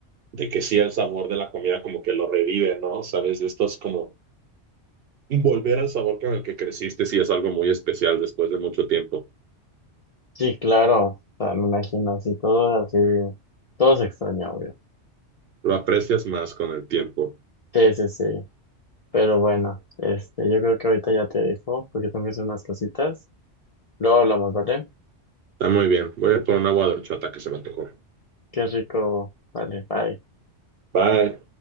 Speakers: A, on the right (about 60°); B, on the left (about 45°).
A: de que sí el sabor de la comida como que lo revive, ¿no? Sabes, esto es como volver al sabor con el que creciste, sí es algo muy especial después de mucho tiempo.
B: Sí, claro, o sea, me imagino, sí, todo así, todo se extraña, obvio.
A: Lo aprecias más con el tiempo.
B: Sí, sí, sí, pero bueno, este, yo creo que ahorita ya te dejo, porque tengo que hacer unas cositas. Luego hablamos, ¿vale?
A: Está muy bien. Voy a ir por un agua de horchata que se me antojó.
B: Qué rico, vale, bye.
A: Bye.